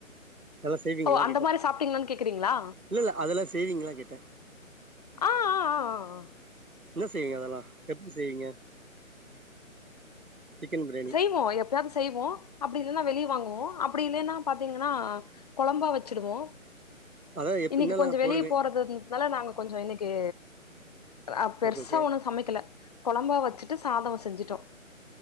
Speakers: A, on the right; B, on the left.
A: நல்லா செய்விங்கலா
B: ஓ அந்த
A: கேட்டே
B: மாரி சாப்ட்டீங்களான்னு கேக்குறீங்களா
A: இல்லல்ல அதெல்லா செய்விங்லா கேட்டே
B: ஆ ஆ ஆ ஆ அ
A: என்ன செய்வீங்க அதெல்லா எப்படி செய்வீங்க சிக்கன் பிரியாணி
B: செய்வோ எப்பயாது செய்வோ அப்படி ன்னா வெளிய வாங்குவோ அப்படி இல்லைன்னா பாத்தீங்கன்னா குழம்பாவச்சிடுவோ
A: அதான் எப்
B: இன்னைக்கு
A: என்னெல்லாம்
B: கொஞ்ச வெளியப்போறதுனால
A: போடுவேன்
B: நாங்க கொஞ்சோ இன்னைக்கு ஆ பெருசா
A: ஓகே ஓகே
B: ஒண்ணு சமைக்கல குழம்பா வச்சுட்டு சாதம் செஞ்சுட்டோம்.